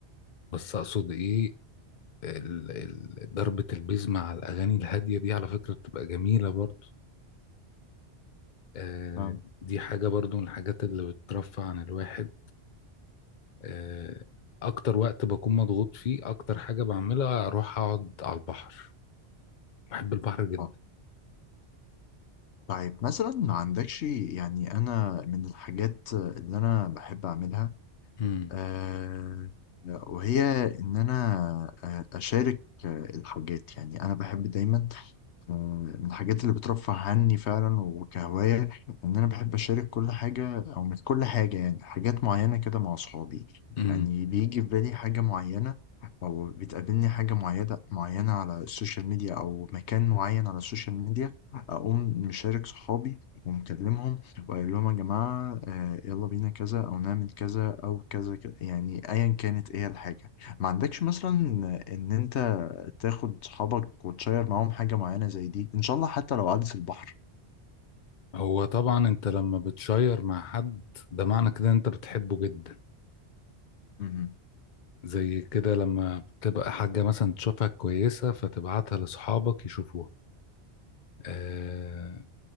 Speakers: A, on the left; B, on the left.
A: بس أقصد إيه ال- ال- ضربة البيز مع الأغاني الهادية دي على فكرة بتبقى جميلة برضو آه،
B: فاهم
A: دي حاجة برضو من الحاجات اللي بترفع عن الواحد آه، أكتر وقت بكون مضغوط فيه أكتر حاجة بعملها أروح أقعد على البحر بحب البحر جدا
B: آه. طيب مثلا ما عندكش يعني انا من الحاجات اللي انا بحب اعملها
A: مم.
B: آه وهي ان انا آه، اشارك آه، الحاجات يعني انا بحب دايما من الحاجات اللي بترفه عني فعلا وكهواية إن أنا بحب أشارك كل حاجة أو مش كل حاجة يعني حاجات معينة كده مع أصحابي
A: مم.
B: يعني بيجي في بالي حاجة معينة أو بتقابلني حاجة معينة معينة على السوشيال ميديا أو مكان معين على السوشيال ميديا أقوم مشارك صحابي ومكلمهم وأقول لهم يا جماعة آه، يلا بينا كذا أو نعمل كذا أو كذا كذا يعني أيا كانت إيه الحاجة ما عندكش مثلا إن أنت تاخد صحابك وتشير معاهم حاجة معينة زي دي إن شاء الله حتى لو عدس البحر
A: هو طبعا أنت لما بتشير مع حد ده معنى كده إن أنت بتحبه جدا
B: مهم.
A: زي كده لما بتبقى حاجة مثلا تشوفها كويسة فتبعتها لأصحابك يشوفوها آه،